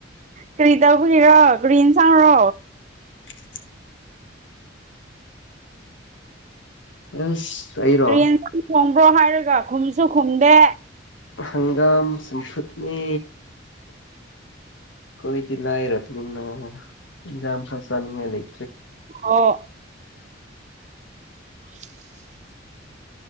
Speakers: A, on the right; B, on the left.
A: ꯀꯔꯤ ꯇꯧꯕꯒꯤꯔꯣ ꯀꯔꯤ ꯏꯟꯁꯥꯡꯔꯣ
B: <inaudible> ꯑꯦꯁ ꯑꯩꯔꯣ
A: ꯀꯔꯤ ꯌꯦꯟꯁꯥꯡ ꯊꯣꯡꯕ꯭ꯔꯣ ꯍꯥꯏꯔꯒ ꯈꯨꯝꯁꯨ ꯈꯨꯝꯗꯦ
B: ꯍꯪꯒꯥꯝ ꯆꯝꯐꯨꯠꯅꯦ ꯈꯣꯏꯗꯤ ꯂꯥꯏꯔꯕꯅꯤꯅ ꯏꯟꯖꯥꯡꯐꯥꯎ ꯆꯥꯅꯤꯡꯉꯥꯏ ꯂꯩ
A: ꯑꯣ <inaudible>